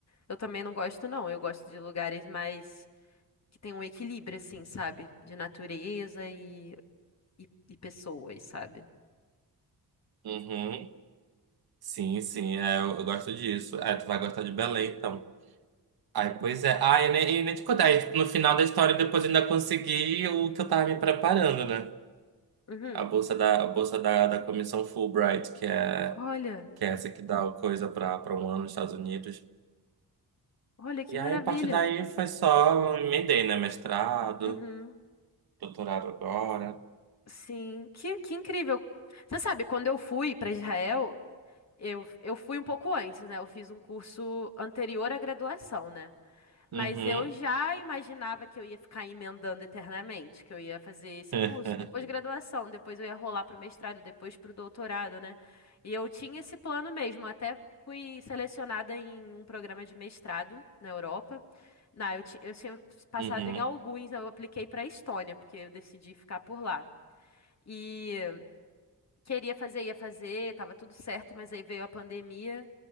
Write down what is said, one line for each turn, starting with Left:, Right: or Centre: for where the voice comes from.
Left: Eu também não gosto, não. Eu gosto de lugares mais que tem um equilíbrio, assim, sabe? De natureza e, e, e pessoas, sabe?
Right: Uhum. Sim, sim, é, eu, eu gosto disso. É, tu vai gostar de Belém, então. Ai, pois é. Ah, e nem, e nem te contar, aí, tipo, no final da história, depois eu ainda consegui o que eu tava me preparando, né?
Left: Uhum.
Right: A bolsa da, a bolsa da, da comissão Fulbright, que é,
Left: Olha,
Right: que é essa que dá o coisa pra, pra um ano nos Estados Unidos.
Left: olha que
Right: E
Left: maravilha.
Right: aí, a partir daí, foi só, emendei, né? Mestrado,
Left: Uhum.
Right: doutorado agora.
Left: Sim, que, que incrível. Você sabe, quando eu fui para Israel, eu, eu fui um pouco antes, né? Eu fiz um curso anterior à graduação, né? Mas
Right: Uhum.
Left: eu já imaginava que eu ia ficar emendando eternamente, que eu ia fazer esse
Right: <laughs>
Left: curso, depois graduação, depois eu ia rolar para o mestrado, depois para o doutorado, né? E eu tinha esse plano mesmo, até fui selecionada em um programa de mestrado na Europa. Não, eu, ti- eu tinha passado
Right: Uhum.
Left: em alguns, eu apliquei para a Estônia, porque eu decidi ficar por lá. E Queria fazer, ia fazer, tava tudo certo, mas aí veio a pandemia